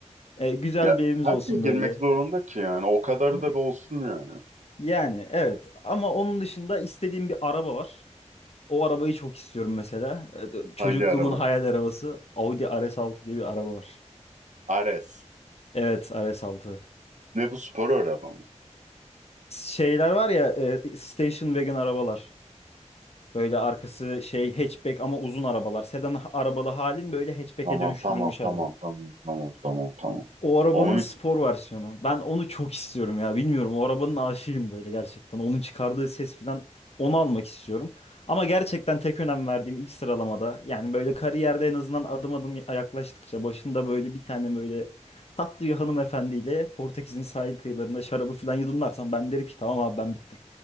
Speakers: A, on the left (about 55°); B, on the right (about 80°).
A: E, güzel
B: Ya
A: bir evimiz
B: her
A: olsun
B: şey girmek
A: böyle.
B: zorunda ki yani o kadarı
A: <laughs>
B: da bir olsun yani.
A: Yani evet ama onun dışında istediğim bir araba var. O arabayı çok istiyorum mesela. E, Çocukluğumun
B: Hangi araba?
A: hayal arabası Audi rs altı diye bir araba var.
B: Ares.
A: Evet rs altı
B: Ne bu spor araba mı?
A: şeyler var ya e, station wagon arabalar. Böyle arkası şey hatchback ama uzun arabalar. Sedan ha- arabalı halin böyle hatchback'e
B: Tamam
A: dönüştürülmüş
B: tamam
A: hali.
B: tamam tamam tamam tamam tamam.
A: O arabanın
B: Onu mu
A: spor versiyonu. Ben onu çok istiyorum ya. Bilmiyorum o arabanın aşığıyım böyle gerçekten. Onun çıkardığı ses falan onu almak istiyorum. Ama gerçekten tek önem verdiğim ilk sıralamada yani böyle kariyerde en azından adım adım yaklaştıkça başında böyle bir tane böyle tatlı bir hanımefendiyle Portekiz'in sahil kıyılarında şarabı falan yudumlarsam ben derim ki tamam abi ben bittim.